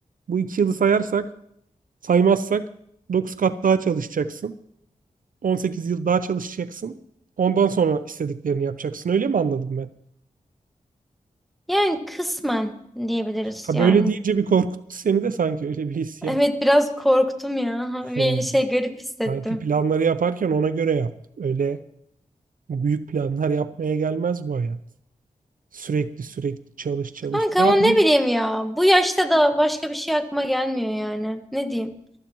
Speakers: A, on the right; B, in the centre.
A: bu 2 yılı sayarsak Saymazsak 9 kat daha çalışacaksın. on sekiz yıl daha çalışacaksın. Ondan sonra istediklerini yapacaksın. Öyle mi anladım ben?
B: Yani kısmen diyebiliriz
A: Ha
B: yani.
A: böyle deyince bir korkuttu seni de sanki öyle bir hissiyat.
B: Evet biraz korktum ya.
A: <laughs>
B: Bir
A: He.
B: şey garip hissettim.
A: Sanki planları yaparken ona göre yap. Öyle büyük planlar yapmaya gelmez bu hayat. Sürekli sürekli çalış çalış.
B: Kanka
A: Biraz
B: ama ne
A: git.
B: bileyim ya. Bu yaşta da başka bir şey aklıma gelmiyor yani. Ne diyeyim?